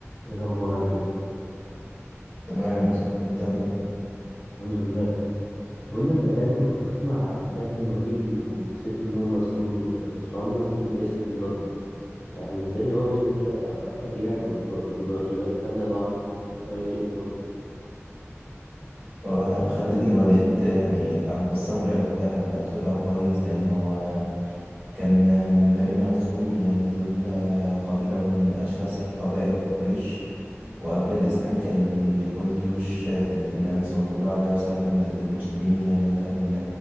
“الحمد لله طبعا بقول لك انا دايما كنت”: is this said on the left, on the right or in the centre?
Left